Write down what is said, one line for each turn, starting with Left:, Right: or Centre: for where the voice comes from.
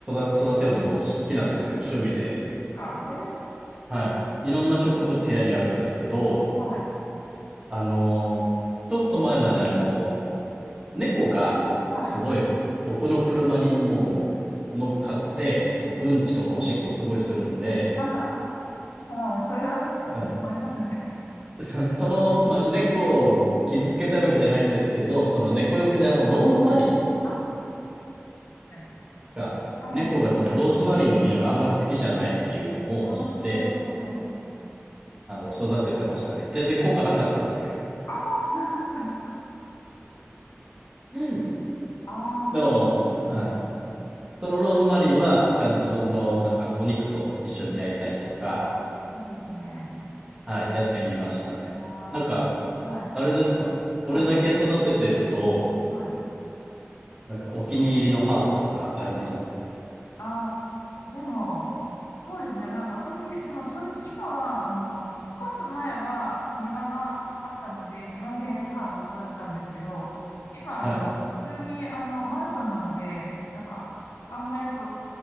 Right: 育てるのも好きなんですよ、趣味で。
Left: すか。えー
Right: はい。いろんな植物部屋にあるんですけど、
Left: はい。
Right: あの、ちょっと前まであの、猫が、
Left: えはい。
Right: すごい僕の車にもう乗っかって、そう、うんちとかおしっこをすごいするんで、
Left: <laughs> はい。それはちょっと困りますね。
Right: あ
Left: <laughs>
Right: そ <laughs> その、まあ、猫を傷つけたいわけじゃないんですけど、その猫よけであの、ローズマリ
Left: あ、はい。
Right: ーが、
Left: は
Right: 猫がそのローズマリーの匂いをあんまり好きじゃないっていうのを聞いて、
Left: いうんあー
Right: あの、育ててましたね。全然効果なかったんですけど。
Left: あ、効果なかったんですか
Right: <laughs>
Left: ああー、そうですね。
Right: でも、はい。そのローズマリーは、ちゃんとその、なんか、お肉と一緒に焼いたりとか、
Left: うんあ、いいですね。
Right: はい、やってみましたね。
Left: あ
Right: なんか、
Left: あ、はい。
Right: あれですか、それだけ育ててると、
Left: はい。はい。
Right: なんか、お気に入りのハーブとかあります
Left: ああ、でも、そうですね。なんか私、でも正直今は、あの、引っ越す前は庭があったので、庭でハーブ育てたんですけど、今、
Right: はい。
Left: あの、普通に、あの、マンションなので、なんか、あんまりそう、